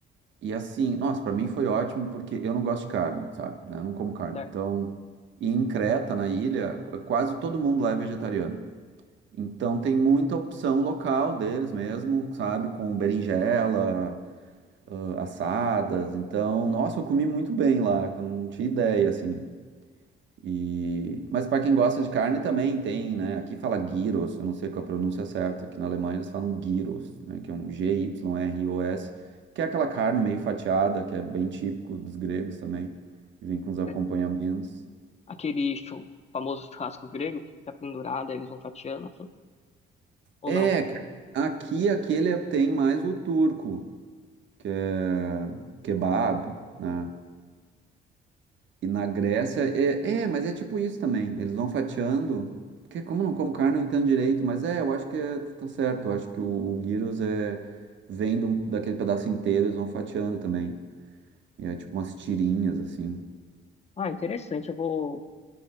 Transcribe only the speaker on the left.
certo?
É Aquele chu- famoso churrasco grego que fica pendurado, aí eles vão fatiando, assim, ou
não?
Ah, interessante, eu vou...